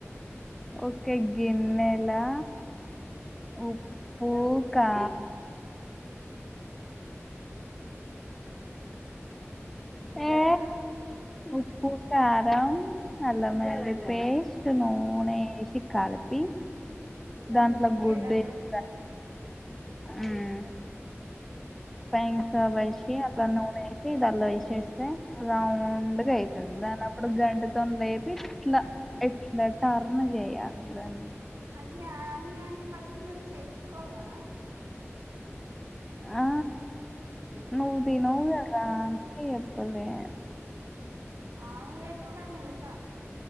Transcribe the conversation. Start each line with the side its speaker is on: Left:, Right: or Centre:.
Centre: ఒక గిన్నెలా ఉప్పు కా ఏ
Right: అ
Centre: ఉప్పు కారం అల్లం ఏల్లి పేస్ట్ నూనె ఏసి కాలి పి
Right: ఉమ్
Centre: దాంట్లో
Right: గిలగొట్టా
Centre: గుడ్డు ఏసి <unintelligible> హ్ థాంక్స్
Right: ఇంక్
Centre: సేబష్ ఇగ గా నూనె ఏసి దల్ల ఎసేస్త స్తం రౌండ్గా అయితది. దండ్ల అప్పుడు గంటె తోనీ లేపి ఇట్లా ఎట్లా టర్న్ జెయాలి. ఇట్ల న్
Right: జాని అని పచ్చి మిర్చి ఏసుకోవా
Centre: ఆ నువ్ తినవ్ గాదా. రా అందూకే జెప్పులే
Right: ఆమ్లేట్లూ గాదా ఇంట్ల